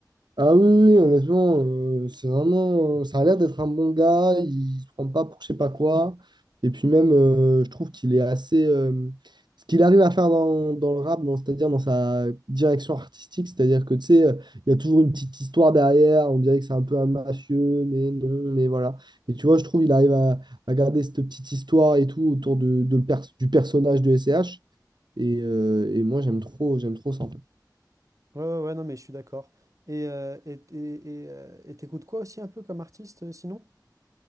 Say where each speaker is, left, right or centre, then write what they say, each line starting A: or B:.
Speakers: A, on the right; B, on the right.
A: Ah oui, oui, oui, honnêtement, euh, c'est vraiment, euh, ça a l'air d'être un bon gars, il se prend pas pour je sais pas quoi. Et puis même, euh, je trouve qu'il est assez... euh, ce qu'il arrive à faire dans, dans le rap, dans- c'est-à-dire dans sa direction artistique, c'est-à-dire que tu sais, euh, il y a toujours une petite histoire derrière, on dirait que c'est un peu un mafieux, mais non, mais voilà. Et tu vois, je trouve il arrive à, à garder cette petite histoire et tout autour de, de le pers- du personnage de S C H. Et, euh, et moi, j'aime trop, j'aime trop ça.
B: Ouais, ouais, ouais, non, mais je suis d'accord. Et euh, et, et, et, euh, et t'écoutes quoi aussi un peu comme artiste euh, sinon?